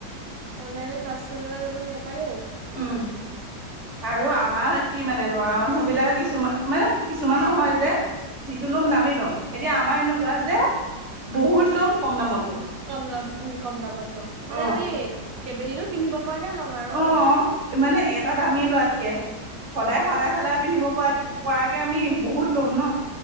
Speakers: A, on the right; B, on the right.
A: অনলাইনত পাছৰ্ <unintelligible> জলত নাপায়ও
B: উম আৰু আমাৰ কি মানে লৰা মানুহ বিলাক কিছুমান মানে কিছুমানো হয় যে যিটো
A: অ
B: ল'ম দামি ল'ম এতিয়া আমাৰ এনেকুৱা যে বহুত ল'ম কম দামত ল'ম
A: কম লম উ কম দামত ল'ম মানে
B: অ
A: আমি কেইবদিনো পিন্ধিব পৰাকে ল'ম আৰু
B: অ
A: ন
B: মানে এটা দামী লোৱাতকে সদায়
A: উম
B: সদায় সলাই পিন্ধিব পকে আমি বহুত ল'ম ন